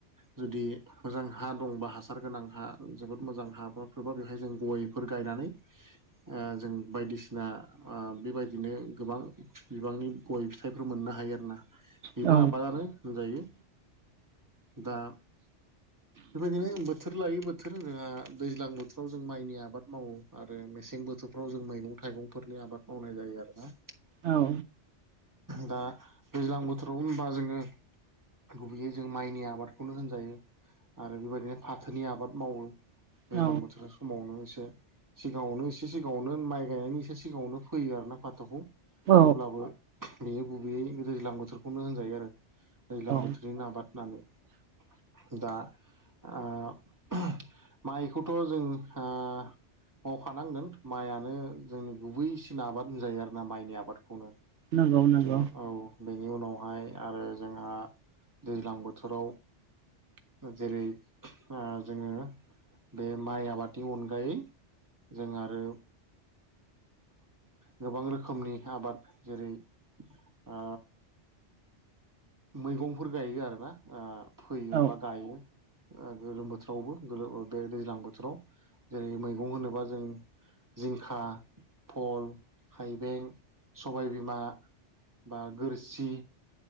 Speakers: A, on the right (about 15°); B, on the right (about 75°).
A: जुदि मोजां हा दंबा हासार गोनां हा जोबोद मोजां हाफोरबा बेहाय जों गयफोर गायनानै आ जों बायदिसिना आ बेबायदिनो गोबां बिबांनि गय फिथाइफोर मोन नो हायो आरोना बेबो
B: औ
A: आबादानो होनजायो दा बेबायदिनो बोथोर लायै बोथोर आ दैज्लां बोथोराव जों माइनि आबाद मावो आरो मेसें बोथोरफ्राव जों माइ गं थाइगंफोरनि आबाद मावनाय जायो आरोना
B: औ
A: दा दैज्लां बोथोराव होनबा जोङो गुबैयै जों माइनि आबादखौनो होनजायो। आरो बेबायदिनो फाथोनि आबाद मावो
B: औ
A: दैज्लां बोथोर समावनो एस <unintelligible> सिगाङावनो एसे सिगाङावनो माइ गायनायनि एसे सिगाङावनो फैयो आरोना फाथ'खौ थेवब्लाबो
B: औ
A: बेयो गुबैयै दैज्लां बोथोरखौनो होनजायो आरो। दैज्लां
B: औ
A: बोथोरनिनो आबाद होननानै दा आ <unintelligible> माइखौथ' जों आ मावखानांगोन माइयानो आरो जोंनि गुबैसिन आबाद होनजायो आरोना माइनि आबादखौनो।
B: नंगौ नंगौ
A: अ औ बेनि उनाव बाय आरो जोंहा दैज्लां बोथोराव जेरै ओ जोङो बे माइ आबादनि अनगायै जों आरो गोबां रोखोमनि आबाद जेरै ओ मैगंफोर गायो आर ना ओ फोयो
B: औ
A: बा गायो। गोलोम बोथोरावबो गोलोम बे दैज्लां बोथोराव जेरै मैगं होनोबा जों जिंखा फल थाइबें सबायबिमा बा गोरसि